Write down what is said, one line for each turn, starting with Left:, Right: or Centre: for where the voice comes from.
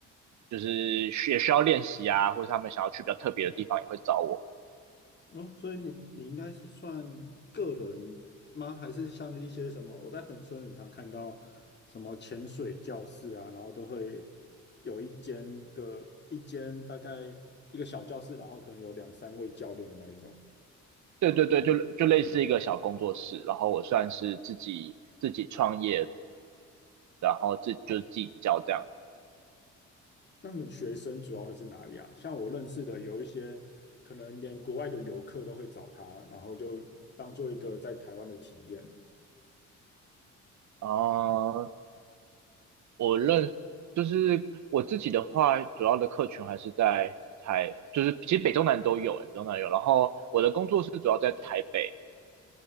Right: 就是需也需要练习啊，或者他们想要去比较特别的地方也会找我。
Left: 哦，所以你你应该是算个人吗？还是像一些什么？我在横村很常看到什么潜水教室啊，然后都会有一间个一间大概一个小教室，然后可能有两三位教练的那一种。
Right: 对对对，就就类似一个小工作室，然后我算是自己自己创业，然后自就是自比较这样
Left: 那么学生主要会是哪里啊？像我认识的有一些，可能连国外的游客都会找他，然后就当做一个在台湾的体验。
Right: 啊、呃我认就是我自己的话，主要的客群还是在台，就是其实北中南都有、欸，北中南有。然后我的工作室主要在台北，